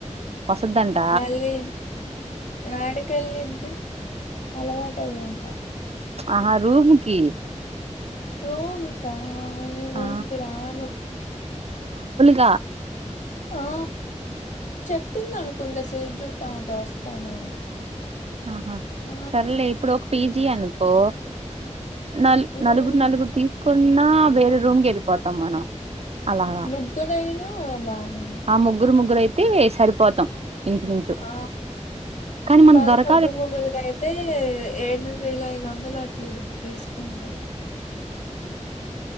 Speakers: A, on the right; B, on the left.
A: వసద్దంట
B: మళ్ళీ యాడికేళ్ళింది అలవాట అయ్యామా
A: అహా రూముకి
B: రూమ్ కా నేను రూమ్
A: ఆ
B: కి రాను
A: దా
B: ఆ చెప్పింది అనుకుంటా సేట్ <unintelligible> వస్తానని
A: ఆహా
B: ఆ!
A: సర్లే ఇప్పుడు ఒక పీజి అనుకో నల్
B: హ్మ్.
A: నలుగురు నలుగురు తీసుకున్నా వేరే రూమ్ కి వెళ్ళిపోతాం మనం అలాలా
B: ముగ్గురైనా బానే ఉంది.
A: ఆ ముగ్గురు ముగ్గురు అయితే సరిపోతాం ఇంచుమించు
B: ఆ!
A: కానీ మనకు
B: కాదు
A: దొరక
B: ముగ్గురు ముగ్గురిక అయితే ఏడుది వేల ఐదు వందలు అట్లేదు తీసుకుంటారు